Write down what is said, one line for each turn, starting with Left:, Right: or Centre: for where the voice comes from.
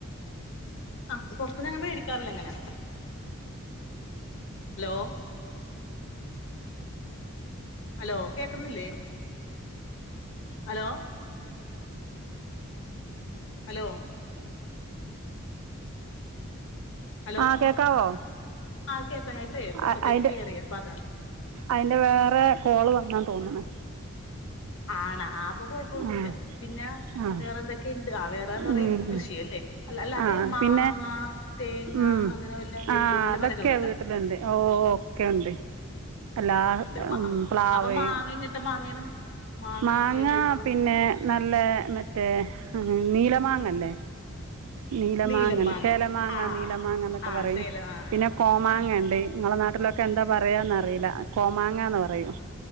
Left: അഹ് പെർത്ത്ന്ന് ഞങ്ങ മേടിക്കാറില്ലാ അങ്ങനാ, ലോ? ഹലോ. കേക്കുന്നില്ലെ. ഹലോ? ഹലോ? ഹലോ.
Right: ആ കേൾക്കാവോ
Left: ആ കേൾക്കാം. ഞാ ഇപ്പെ പൊക്കത്തേക്ക്
Right: അ അയിന്റെ
Left: കേറിയപ്പതാ.
Right: അയിന്റെ വേറെ കോള് വന്നാന്ന് തോന്ന്ണ്.
Left: ആണ് ആപ്. കൊഴപ്പൊന്നുല്ല,
Right: ആ
Left: പിന്നെ
Right: ആ
Left: വേറെ എന്തൊക്കേണ്ട്. ആ വേറെന്ന് പറഞാ
Right: ഉം
Left: ഈ കൃഷിയല്ലേ. അല്ല അല്ല. അതെ.
Right: ആ
Left: മാങ്ങ,
Right: പിന്നെ
Left: തേങ്ങ
Right: ഉം
Left: അങ്ങനെ വല്ല വല്യ
Right: ആ
Left: വല്യയ
Right: അതൊക്കെ
Left: മരങ്ങള്ണ്ടാ.
Right: വീട്ടിലുണ്ട് ഒക്കെ യുണ്ട്. അല്ലാ
Left: മ-
Right: പ്ലാവെ,
Left: അപ്പൊ മാങ്ങ എങ്ങനത്തെ മാങ്ങയാണ് മാങ്ങ
Right: മാങ്ങാ
Left: ഏ ടൈപ്പാണ്
Right: പിന്നെ. നല്ല മറ്റേ നീലമാങ്ങല്ലെ. നീലമാങ്ങണ്ട്.
Left: നീലം മാങ്ങ
Right: ചേലമാങ്ങ
Left: ആ ആ
Right: നീലമാങ്ങ
Left: ആ
Right: ന്നൊക്കെ
Left: ആ
Right: പറയും.
Left: സേലം ആ
Right: പിന്നെ
Left: ആ ആ
Right: കോമാങ്ങ. ങ്ങണ്ടെയ്. ഇങ്ങളെ നാട്ടിലൊക്കെ എന്താ പറയാന്നറീല്ല. കോമാങ്ങാന്ന് പറയും.